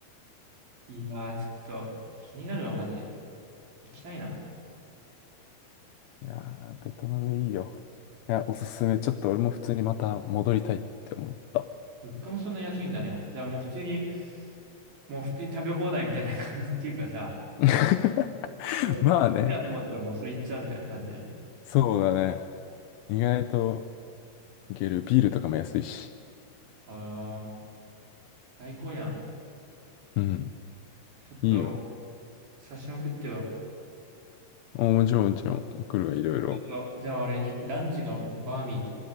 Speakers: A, on the right; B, on the left.
A: いやー、ちょっと、気になるわ、マジで。行きたいな。
B: <laughs> いやー、ベトナムいいよ。いや、おすすめ。ちょっと俺も普通にまた戻りたいって思った。
A: 物価もそんな安いんだね。じゃあもう普通に、もう普通に食べ放題みたいな感じっていうかさ、
B: <laughs>
A: これ、
B: まあね、
A: いいなと思ったらもうそれ行っちゃうみたいな感じだよね。
B: そうだね。意外といける。ビールとかも安いし。
A: ああ、最高やん。
B: うん、
A: ちょっと、
B: いいよ。
A: 写真送ってよ。
B: おもちろんもちろん、送るわ、いろいろ。
A: ちょっと、じゃあ俺、ランチのバーミ